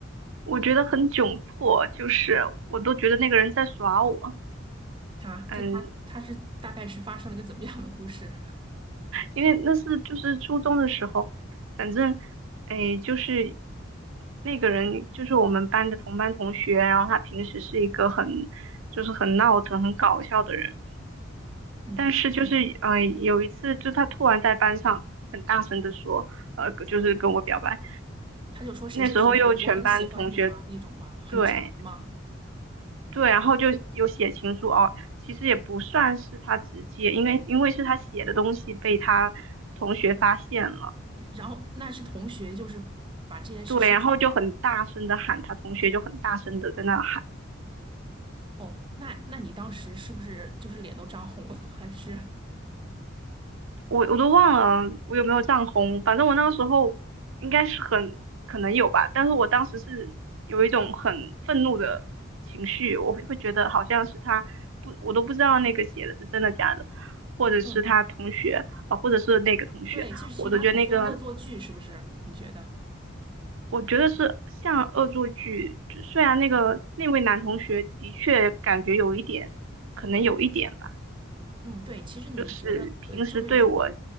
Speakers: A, on the right; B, on the right.
A: 我觉得很窘迫，就是我都觉得那个人在耍我，
B: 啊？
A: 嗯，
B: 他他他是大概是发生了个怎么样的故事？
A: 因为那是就是初中的时候，反正，哎，就是那个人就是我们班的同班同学，然后他平时是一个很就是很闹腾、很搞笑的人，
B: 嗯，
A: 但是就是嗯，有一次就他突然在班上很大声的说，呃，就是跟我表白，
B: 他就说谁谁谁，
A: 那时候又全班同学。
B: 我我很喜欢你吗？那种吗？很直白吗？
A: 对，
B: 嗯
A: 对，然后就有写情书哦，其实也不算是他直接，因为因为是他写的东西被他同学发现了，
B: 然后那是同学，就是把这件事说出来。
A: 对，然后就很大声的喊他同学，就很大声的在那喊，
B: 哦，那那你当时是不是就是脸都涨红了？还是
A: 我我都忘了我有没有涨红，反正我那个时候应该是很可能有吧，但是我当时是有一种很愤怒的情绪，我会会觉得好像是他不，我都不知道那个写的是真的假的，或者是他同学啊、
B: 嗯，
A: 或者是那个同学。
B: 对，就是其他同学恶作剧，
A: 我都觉得那个
B: 是不是？你觉得？
A: 我觉得是像恶作剧，就虽然那个那位男同学的确感觉有一点，可能有一点吧，
B: 嗯，对，其实你觉得呃，
A: 就是平时对我，
B: 就是如